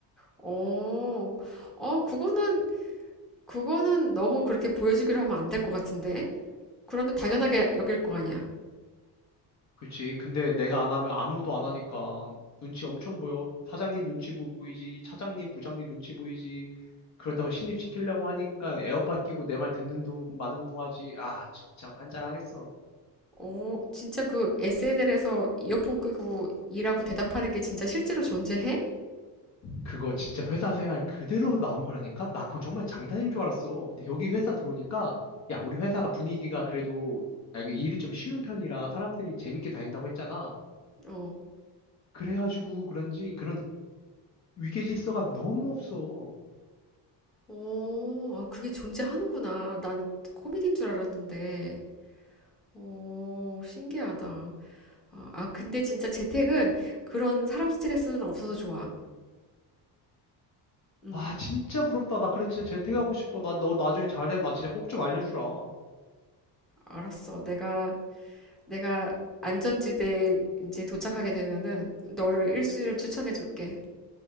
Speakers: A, in the centre; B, on the left.
A: 어, 어, 그거는, 그거는 너무 그렇게 보여주기로 하면 안 될 것 같은데? 그러면 당연하게 여길 거 아니야.
B: 그치. 근데 내가 안 하면 아무도 안 하니까 눈치 엄청 보여. 사장님 눈치 보이지. 차장님, 부장님 눈치 보이지. 그렇다고 신입시키려고 하니까 에어팟 끼고 내 말 듣는 둥 마는 둥 하지. 아, 진짜 환장하겠어.
A: 어, 진짜 그 SNL에서 이어폰 끄고 일하고 대답하는 게 진짜 실제로 존재해?
B: 그거 진짜 회사 생활 그대로 나온 거라니까? 나 그거 정말 장난인 줄 알았어. 근데 여기 회사 들어오니까, 야, 우리 회사가 분위기가 그래도, 아, 이게 일이 좀 쉬운 편이라 사람들이 재밌게 다닌다고 했잖아.
A: 어,
B: 그래가지고 그런지 그런 위계질서가 너무 없어.
A: 오, 아, 그게 존재하는구나. 난 코미디인 줄 알았는데. 오, 신기하다. 아, 아, 근데 진짜 재택은 그런 사람 스트레스는 없어서 좋아. 응,
B: 와, 진짜 부럽다. 나 그래 진짜 재택하고 싶어. 나 너 나중에 잘 되면 나 진짜 꼭 좀 알려주라.
A: 알았어. 내가, 내가 안전지대에 이제 도착하게 되면은 너를 1순위로 추천해 줄게.